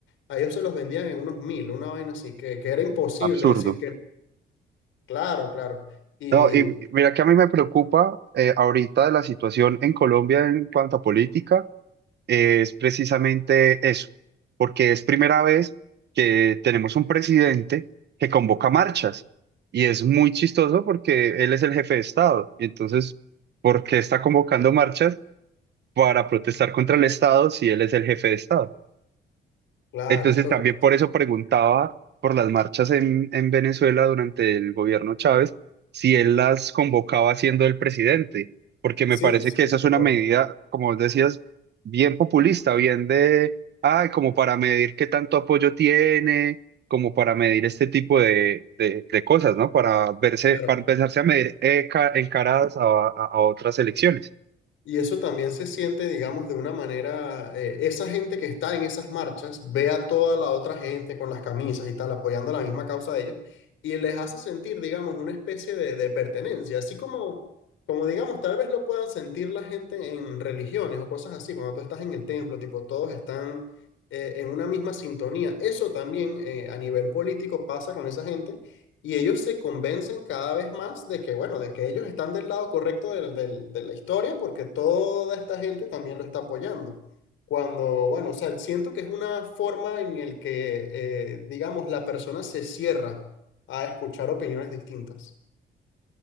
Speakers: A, on the left (about 80°); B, on the right (about 60°).
A: a ellos se los vendían en unos mil, una vaina así, que, que era imposible
B: Absurdo.
A: decir que, claro, claro. Y
B: No, y mira que a mí me preocupa eh, ahorita de la situación en Colombia en cuanto a política, eh, es precisamente eso, porque es primera vez que tenemos un presidente que convoca marchas y es muy chistoso porque él es el jefe de Estado. Y entonces, ¿por qué está convocando marchas para protestar contra el Estado si él es el jefe de Estado?
A: claro,
B: Entonces
A: lo
B: también
A: que pasa-
B: por eso preguntaba por las marchas en, en Venezuela durante el gobierno Chávez, si él las convocaba siendo el presidente, porque
A: Sí,
B: me parece
A: sí,
B: que esa es
A: total.
B: una medida, como vos decías, bien populista, bien de, ay, como para medir qué tanto apoyo tiene, como para medir este tipo de, de- de cosas, ¿no? Para verse,
A: Claro.
B: para empezarse a medir eh, ca- en caras a, a a otras elecciones.
A: Y eso también se siente, digamos, de una manera, eh, esa gente que está en esas marchas ve a toda la otra gente con las camisas y tal, apoyando la misma causa de ellos, y les hace sentir, digamos, una especie de, de pertenencia, así como, como, digamos, tal vez lo puedan sentir la gente en religiones o cosas así, cuando tú estás en el templo, tipo, todos están eh, en una misma sintonía. Eso también eh, a nivel político pasa con esa gente y ellos se convencen cada vez más de que, bueno, de que ellos están del lado correcto del- del- de la historia porque toda esta gente también lo está apoyando. Cuando, bueno, o sea, siento que es una forma en el que, eh, digamos, la persona se cierra a escuchar opiniones distintas.